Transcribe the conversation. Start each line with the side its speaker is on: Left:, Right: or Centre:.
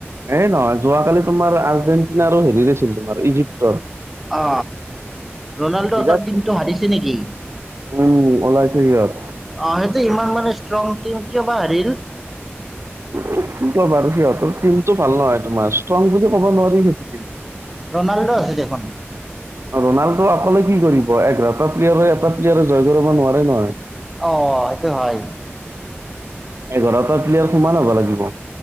Right: এ নহয় যোৱাকালি তোমাৰ আৰ্জেণ্টিনা আৰু হেৰিৰ আছিল তোমাৰ ইজিপ্তৰ।
Centre: অ ৰনাল্ডহতৰ
Right: বিৰাট
Centre: টিমটো হাৰিছে নেকি
Right: উম ওলাইছে সিহত
Centre: অ সেইটো ইমান মানে ষ্ট্ৰং টিম কিয় বা হাৰিল
Right: <unintelligible> সিহঁতৰ তিমটো ভাল নহয় তোমাৰ ষ্ট্ৰং বুলি ক'ব নোৱাৰি সেইটো তিম
Centre: ৰনাল্ডো আছে দেখোন
Right: অ ৰনাল্ডো অকলে কি কৰিব এঘাৰটা প্লেয়াৰৰ এটা প্লেয়াৰে জয় কৰিব নোৱাৰে নহয়।
Centre: অ সেইটো হয়
Right: এঘাৰটা প্লেয়াৰ সমান হ'ব লাগিব।